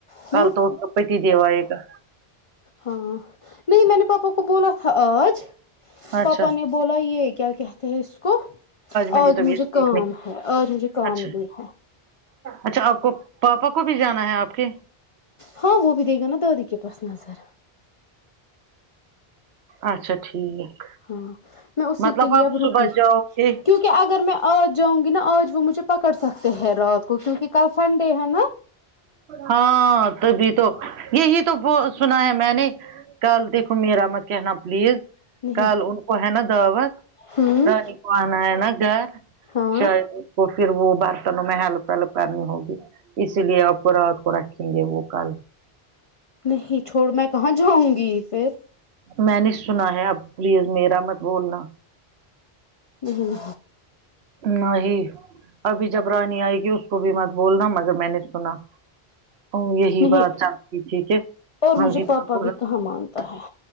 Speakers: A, on the left (about 40°); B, on the right (about 85°).
A: کیوں
B: کل تو اس کو پتی دیو آئے گا
A: ہاں نہیں میں نے پاپا کو بولا تھا آج
B: اچھا
A: پاپا نے بولا یہ کیا کہتے ہیں اس کو
B: میری
A: آج
B: طبیعت
A: مجھے
B: ٹھیک
A: کام
B: نہیں
A: ہے آج مجھے کام
B: اچھا
A: نہیں ہے
B: اچھا آپ کو پاپا کو بھی جانا ہے آپ کے
A: ہاں وہ بھی دے گا نا دادی کے پاس نظر
B: اچھا ٹھیک
A: ہاں میں اسی
B: مطلب
A: کے لیے
B: آپ
A: اب
B: صبح
A: رکی
B: جاؤ گے
A: کیونکہ کہ اگر میں آج جاؤں گی نا آج وہ مجھے پکڑ سکتے ہیں رات کو کیونکہ کل سنڈے ہے نا
B: ہاں تبھی تو یہی تو سنا ہے میں نے کل دیکھو میرا مت کہہ نا پلیز
A: نہیں
B: کال ان کو ہے نا دعوت
A: ہوں
B: رانی آنا ہے نا گھر
A: ہاں
B: شاید اس کو پھر وہ برتنوں میں ہیلپ ولپ کرنی ہوگی اسی لیے آپ رات کو رکھیں گے وہ کل
A: نہیں چھوڑ میں کہاں جاؤں گی پھر
B: میں نے سنا ہے اب پلیز میرا مت بولنا
A: امم
B: نہیں ابھی جب رانی آئے گی اس کو بھی مت بولنا مگر میں نے سنا او یہی
A: نہیں
B: بات سکتی ٹھیک ہے
A: اور
B: ہاں
A: مجھے
B: جی
A: پاپا
B: بالکل
A: بھی کہاں مانتا ہے